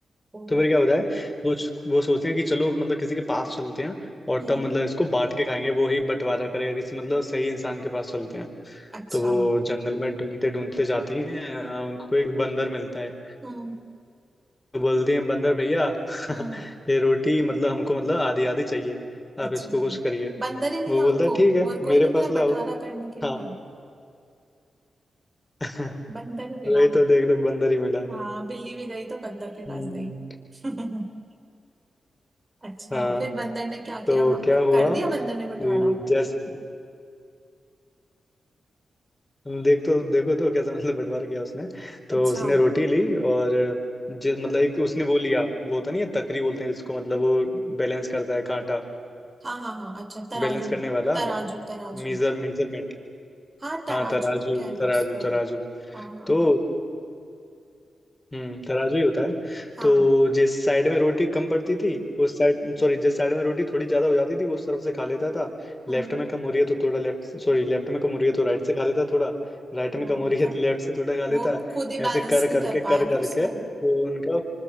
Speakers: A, on the right; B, on the left.
A: ओ
B: तो फिर क्या होता है वो वो सोचते हैं कि चलो मतलब किसी के पास चलते हैं और
A: हम्म
B: तब मतलब इसको बांट के खाएंगे वो ही बंटवारा करेगा किसी मतलब सही इंसान के पास चलते हैं
A: अच्छा
B: तो वो जंगल में ढूंढते ढूंढते जाती हैं अ, उनको एक बंदर मिलता है
A: हम्म
B: तो बोलती हैं बंदर भैया
A: हम्म
B: <laughs> ये रोटी मतलब हमको मतलब आधी आधी चाहिए
A: अच्छा
B: आप इसको कुछ करिए
A: बंदर ही मिला
B: वो बोलता
A: उनको
B: है ठीक है
A: और कोई
B: मेरे
A: नहीं मिला
B: पास लाओ
A: बंटवारा करने के
B: हाँ
A: लिए
B: <laughs>
A: <laughs> बंदर ही मिला
B: वही तो देख लो बंदर ही मिला
A: हाँ बिल्ली भी गई तो बंदर के
B: हम्म
A: पास गई <laughs> अच्छा
B: हाँ
A: फिर बंदर ने क्या
B: तो
A: किया वहां पे
B: क्या हुआ
A: कर दिया बंदर ने बंटवारा
B: कि जैस देख तो देखो तो कैसा मतलब बंटवारा किया उसने तो
A: अच्छा
B: उसने रोटी ली और जिस मतलब एक उसने वो लिया वो होता नहीं है तकरी बोलते हैं जिसको मतलब वो बैलेंस करता है कांटा
A: हाँ हाँ हाँ अच्छा तराजू
B: बैलेंस करने वाला
A: तराजू तराजू
B: मीजर मेजरमेंट
A: हाँ तराजू
B: हाँ तराजू
A: कह लो
B: तराजू
A: उसको
B: तराजू
A: हाँ हाँ
B: तो
A: हाँ
B: हम्म तराजू ही होता है
A: हाँ
B: तो जिस साइड में रोटी कम पड़ती थी उस साइड सॉरी जिस साइड में रोटी थोड़ी ज्यादा हो जाती थी वो उस तरफ से खा लेता था
A: हम्म
B: लेफ्ट में कम हो रही है तो थोड़ा लेफ्ट सॉरी लेफ्ट में कम हो रही है तो राइट से खा लेता थोड़ा राइट
A: ओ
B: में कम हो
A: मतलब
B: रही है तो लेफ्ट से थोड़ा खा लेता
A: वो खुद ही
B: ऐसे
A: बैलेंस
B: कर
A: नहीं
B: करके
A: कर
B: कर
A: पाया ना
B: करके
A: उसको
B: वो उनका